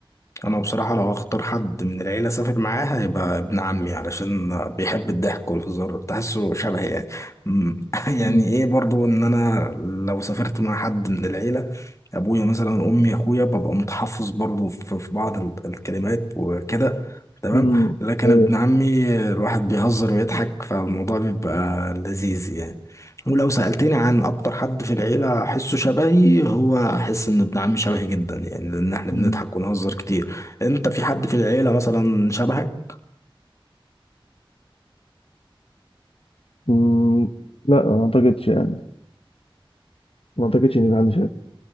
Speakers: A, on the left (about 35°); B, on the left (about 85°).
A: انا بصراحه لو هختار حد من العيله اسافر معاه هيبقى ابن عمي علشان بيحب الضحك والهزار تحسه شبهي يعني أمم، <laughs> يعني
B: مم.
A: ايه برضو ان انا لو سافرت مع حد من العيله ابويا مثلا امي اخويا ببقى متحفظ برضو في في بعض ال- الكلمات وكده تمام
B: مم.
A: لكن
B: ايوه
A: ابن عمي الواحد بيهزر ويضحك فالموضوع بيبقى لذيذ يعني ولو سألتني عن أكتر حد في العيلة أحسه شبهي هو أحس إن ابن عمي شبهي جدا يعني لأن إحنا بنضحك
B: مم.
A: ونهزر كتير انت في حد في العيلة مثلا شبهك
B: مم. لا ما اعتقدش يعني ما اعتقدش ان يبقى عندي شك